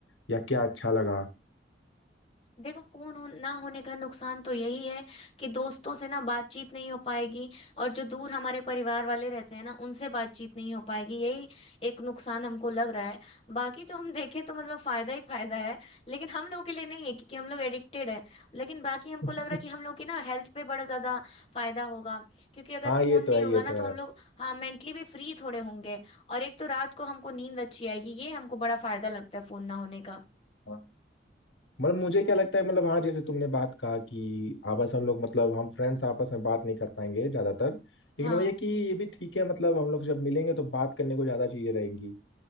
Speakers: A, on the left (about 85°); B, on the left (about 30°).
A: या क्या अच्छा लगा
B: देखो फोन हो, ना होने का नुकसान तो यही है कि दोस्तों से ना बातचीत नहीं हो पाएगी और जो दूर हमारे परिवार वाले रहते हैं ना उनसे बातचीत नहीं हो पाएगी यही एक नुकसान हमको लग रहा है बाकी तो हम देखें तो मतलब फायदा ही फायदा है लेकिन हम लोगों के लिए नहीं है क्योंकि हम लोग एडिक्टेड है लेकिन बाकी हमको
A: <laughs>
B: लग रहा है कि हम लोग की ना हेल्थ पे बड़ा ज्यादा फायदा होगा क्योंकि अगर
A: हाँ
B: फोन
A: ये
B: नहीं
A: तो है
B: होगा
A: ये
B: ना
A: तो
B: तो हम लोग हाँ मेंटली भी फ्री थोड़े होंगे और एक तो रात को हमको नींद अच्छी आएगी ये हमको बड़ा फायदा लगता है फोन ना होने का
A: है मतलब मुझे क्या लगता है मतलब हाँ जैसे तुमने बात कहा कि आपस हम लोग मतलब हम फ्रेंड्स आपस में बात नहीं कर पाएंगे ज्यादातर
B: हाँ
A: लेकिन वो ये कि ये भी ठीक है मतलब हम लोग जब मिलेंगे तो बात करने को ज्यादा चीजें रहेंगी